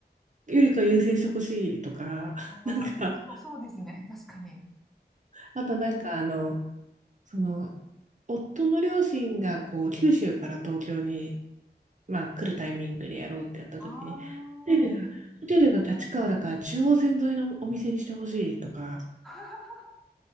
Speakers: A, on the right; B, in the centre.
A: よりか優先してほしいとか、
B: ああ、
A: <laughs> なんか、
B: そう、そうですね。確かに。
A: あとなんかあの、その、夫の両親がこう、九州から東京に、まあ、来るタイミングでやろうってやった時に、
B: ああ、
A: ホテルが、ホテルが立川だから中央線沿いのお店にしてほしいとか、
B: <laughs>